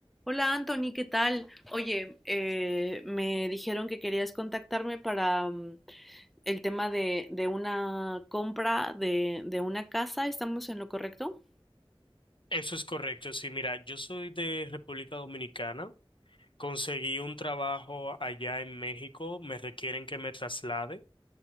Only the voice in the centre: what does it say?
Hola Anthony, ¿qué tal? Oye, eh, me dijeron que querías contactarme para mm, el tema de, de una compra de, de una casa. ¿Estamos en lo correcto?